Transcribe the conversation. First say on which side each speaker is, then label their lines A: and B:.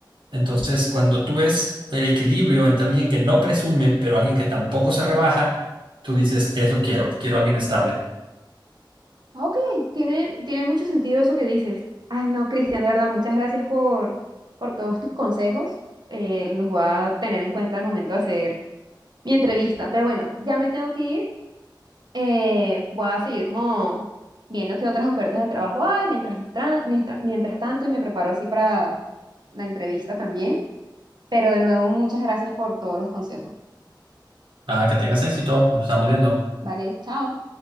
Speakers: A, on the right; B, on the right.
A: Entonces, cuando tú ves el equilibrio entre alguien que no presume, pero alguien que tampoco se rebaja, tú dices, eso quiero, quiero alguien estable.
B: Ok, tiene, tiene mucho sentido eso que dices. Ay, no, Cristian, de verdad, muchas gracias por, por todos tus consejos. Eh, los voy a tener en cuenta al momento de hacer mi entrevista. Pero bueno, ya me tengo que ir. Eh, voy a seguir como viendo qué otras ofertas de trabajo hay mientras, tra- mientras, mientras tanto y me preparo así para la entrevista también. Pero de nuevo, muchas gracias por todos los consejos.
A: Ah, que tengas éxito, nos estamos viendo.
B: Vale, chao.